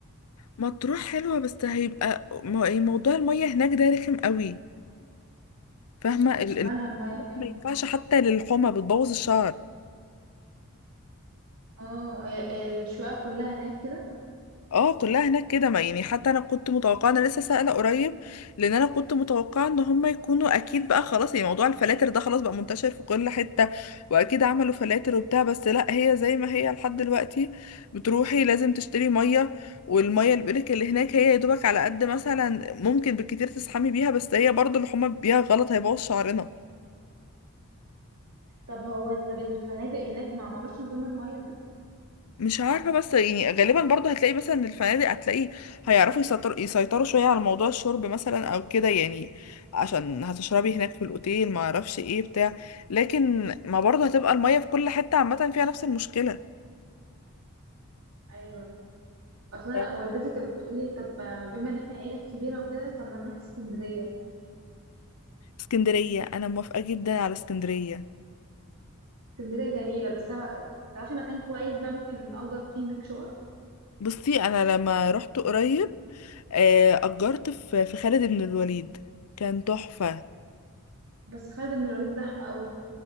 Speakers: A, on the left; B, on the right.
A: مطروح حلوة بس هيبقى م- يعني موضوع المية هناك ده رخم قوي فاهمة ال...
B: مالها
A: ال...
B: المية هناك
A: ما ينفعش حتى للحمى بتبوظ الشعر
B: اه ال- الشقق كلها هناك كده
A: اه كلها هناك كده ما يعني حتى انا كنت متوقعه انا لسه سائله قريب لان انا كنت متوقعه ان هم يكونوا اكيد بقى خلاص يعني موضوع الفلاتر ده خلاص بقى منتشر في كل حته واكيد عملوا فلاتر وبتاع بس لا هي زي ما هي لحد دلوقتي بتروحي لازم تشتري ميه والميه اللي بيقولك اللي هناك هي يا دوبك على قد مثلا ممكن بالكتير تسحمي بيها بس هي برضو اللي هما بيها غلط هيبوظ شعرنا
B: طب هو طب الفنادق هناك ما عملوش نظام المية ده
A: مش عارفة بس يعني غالبا برضه هتلاقي مثلا إن الفنادق هتلاقي هيعرفوا يسيطر يسيطروا شوية على موضوع الشرب مثلا او كده يعني عشان هتشربي هناك في الاوتيل ما اعرفش ايه بتاع لكن ما برضه هتبقى المية في كل حتة عامة فيها نفس المشكلة
B: ايوه اصلا
A: أيوة.
B: والدتي كانت بتقول لي طب بما ان احنا عيله كبيره وكده طب ما نروح اسكندريه
A: اسكندرية انا موافقة جدا على اسكندرية
B: اسكندريه جميله بس أنا- تعرفي مكان كويس بقى ممكن نأجر فيه هناك شقق
A: بصي انا لما رحت قريب آه، اجرت في في خالد بن الوليد كان تحفة
B: بس خالد بن الوليد زحمه قوي